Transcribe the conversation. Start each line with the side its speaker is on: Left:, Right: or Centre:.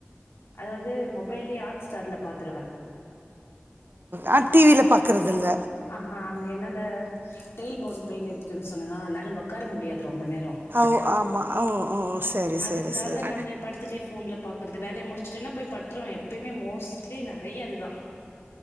Left: அதாவது மொபைல்லே ஹாட் ஸ்டார்ல் பார்த்துருவே
Right: ஆ டிவில பார்க்குறது இல்ல
Left: ஆஹா அங்க என்னால டெயில் போன் பெயின் இருக்குன்னு சொன்னேனா ஆனால ஒக்கார முடியாது ரொம்ப நேரோ
Right: ஓ ஆமாம் ஓ ஓ சரி
Left: அதுக்காக
Right: சரி சரி
Left: நானு படுத்துட்டே ஃபோன்ல பாக்குறது வேலைய முடிச்சுட்டேன்னா போய் படுத்துருவே எப்பயுமே மோஸ்ட்லி நறைய அது தா